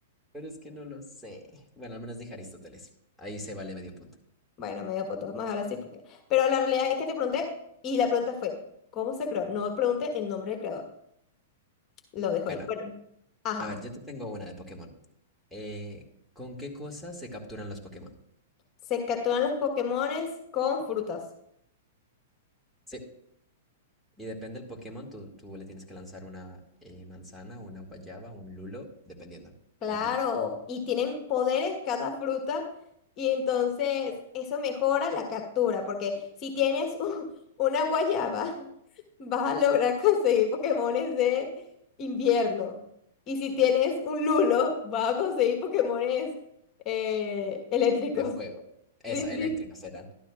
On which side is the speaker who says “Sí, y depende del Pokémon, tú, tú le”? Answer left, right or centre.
Centre